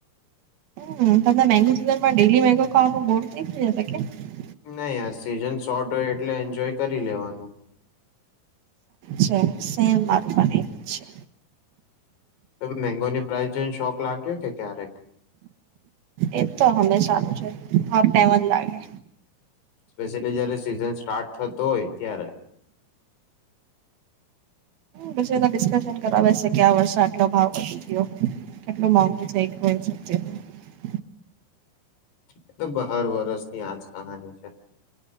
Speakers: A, on the right; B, on the left.
A: હમ્મ તમને મેગો સીઝન માં ડેલી મેગો ખાવાનું બોર <unintelligible>
B: નહી આ સિઝન શોર્ટ હોય એટલે એન્જોય કરી લેવાનું
A: છે સેમ મારું પણ નીચ
B: તમને મેંગોની પ્રાઇસ જોઈને શોખ લાગ્યો કે ક્યારેક
A: એ તો હંમેશા નું છે હ ટમ જ લાગે
B: સ્પેશિયલી જયારે સિઝન સ્ટાર્ટ થતો હોય ત્યારે.
A: પછી એ તો ડિસ્કશન કરવા બેસે કે આ વર્ષે આટલો ભાવ વધી ગયો કેટલું મોંઘું થઈ ગું <unintelligible>
B: એ તો બ હર વરષની આજ કહાની છે.